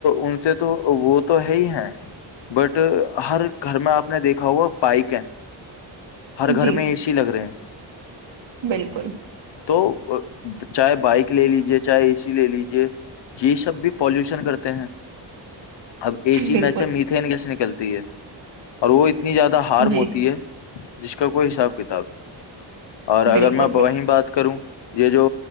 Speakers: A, on the left; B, on the right.
A: ان سے تو وہ تو ہے ہی ہیں بٹ ہر گھر میں آپ آپ نے دیکھا ہوا پائک ہے ہر گھر
B: جی
A: میں اے سی لگ رہے ہیں
B: بالکل <inaudible>
A: تو چاہے بائک لے لیجے چاہے اے سی لے لیجے یہ سب بھی پالوشن کرتے ہیں اب اےی
B: بالکل
A: میں سے میتین کیس نکلتی ہے اور وہ ا اتنی زیادہ ہارم
B: جی
A: ہوتی ہے جس کا کوئی حساب کتاب اور اگر
B: بالکل
A: میں وہیں
B: بالکل
A: بات کروں یہ جو